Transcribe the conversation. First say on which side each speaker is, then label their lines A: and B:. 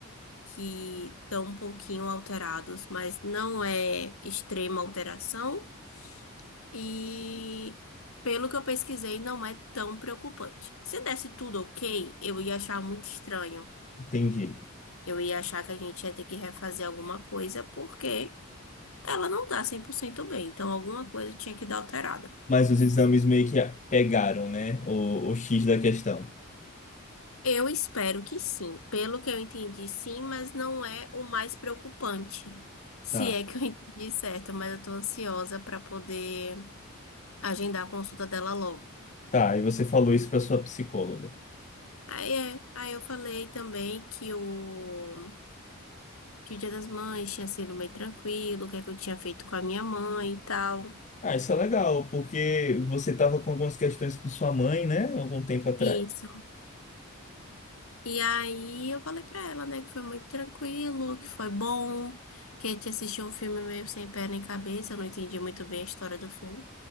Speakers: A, on the left; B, on the left.
A: que estão um pouquinho alterados, mas não é extrema alteração. E pelo que eu pesquisei, não é tão preocupante. Se desse tudo ok, eu ia achar muito estranho.
B: Entendi.
A: Eu ia achar que a gente ia ter que refazer alguma coisa, porque ela não tá 100% bem. Então, alguma coisa tinha que dar alterada.
B: Mas os exames meio que pegaram, né? O, o X da questão.
A: Eu espero que sim. Pelo que eu entendi, sim, mas não é o mais preocupante. Se
B: Tá.
A: é que eu <laughs> entendi certo, mas eu tô ansiosa para poder agendar a consulta dela logo.
B: Tá, e você falou isso pra sua psicóloga.
A: Aí é, aí eu falei também que o que o Dia das Mães tinha sido meio tranquilo, o que é que eu tinha feito com a minha mãe e tal.
B: Ah, isso é legal, porque você tava com algumas questões com sua mãe, né? Algum tempo atrás.
A: Isso. E aí eu falei pra ela, né, que foi muito tranquilo, que foi bom, que a gente assistiu um filme meio sem pé nem cabeça, eu não entendi muito bem a história do filme.